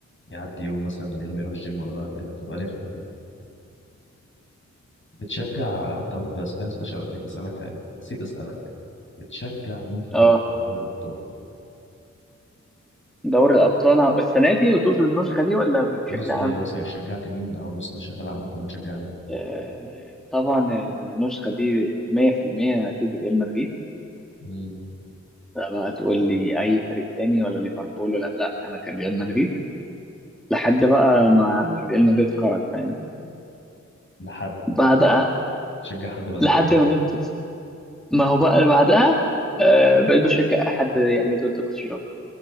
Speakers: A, on the left; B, in the centre.
A: يعدي يوم مثلا من غير ما يروح الجيم ولا لا دي هتبقى رخمة دي بتشجع طب صحيح نسيت أشأل- نسيت أسألك حاجة نسيت أسألك بتشجع مين في
B: اه
A: دوري الأبطال؟
B: دوري الأبطال السنة دي وتقصد النسخة دي ولا بشكل
A: النسخة
B: عام؟
A: دي اه صحيح، شجعت مين أو النسخة اللي شغالة عامة بتشجع مين؟
B: آه طبعا يعني النسخة دي 100% أكيد ريال مدريد
A: مم.
B: لا بقى تقول لي اي فريق تاني ولا ليفربول ولا لا انا كان ريال مدريد لحد بقى ما ريال مدريد خرج فاهم
A: لحد
B: بعدها
A: يعني تشجع حد بدلها
B: لحد ما ريال مدريد ما هو بقى اللي بعدها آه بقيت بشجع احد يعني ضد برشلونة